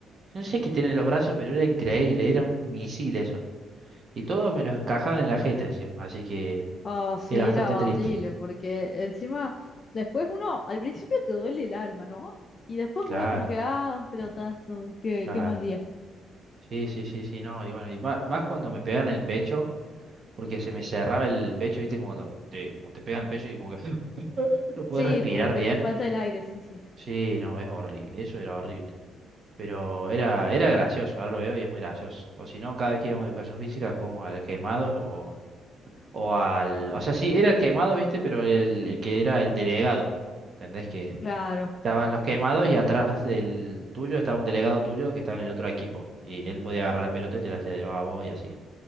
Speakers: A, on the right; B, on the left.
A: No sé qué tienen los brazos, pero era increíble, era un misil eso. Y todos me los encajaban en la jeta encima, así que
B: Ah, sí,
A: era bastante
B: era
A: triste.
B: horrible, porque encima, después uno, al principio te duele el alma, ¿no? Y después
A: Claro,
B: uno es como que, ah, un pelotazo, qué,
A: claro.
B: qué mal día.
A: Sí, sí, sí, sí, no. Y bueno, y ma- más, cuando me pegan el pecho, porque se me cerraba el pecho, ¿viste? Como cuando te, como te pegan el pecho y como que <gasps> <clears throat> no puedes
B: Sí,
A: respirar
B: como
A: bien.
B: que te falta el aire, sí, sí.
A: Sí, no, es horrible, eso era horrible. Pero era, era gracioso, ahora lo veo y es muy gracioso. O si no, cada vez que íbamos a educación física jugamos al quemado o, o al... O sea, sí, era el quemado, ¿viste? Pero el, el que era el delegado. ¿Entendés que...
B: Claro,
A: Estaban los quemados y atrás del tuyo estaba un delegado tuyo que estaba en el otro equipo. Y él podía agarrar la pelota y te la llevaba a vos y así.